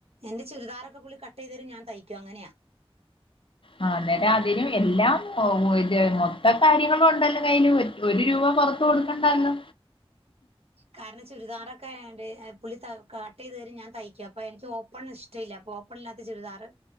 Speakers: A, on the right (about 80°); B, on the left (about 60°).
A: എന്റെ ചുരിദറൊക്കെ പുള്ളി കട്ട് ചെയ്തരും ഞാൻ തയ്ക്കും അനെയാ
B: ആ അന്നേരം അതിനും എല്ലാം ഒ മൊത്ത കാര്യങ്ങളും ഉണ്ടല്ലോ കയ്ൽ ഒരു രൂപറ ത്ത് കൊടുക്കണ്ടാലോ
A: കാരണം ചുരിദാറൊക്കെആയോണ്ട് പുള്ളിത്ത കട്ട് ചെയ്ത് തരും ഞാൻ തയ്ക്കും അപ്പൊ എനിക്ക് ഓപ്പൺ ഇഷ്ടല്ല അപ്പോ ഓപ്പണ ഇല്ലാത്ത ചുരിദാറ്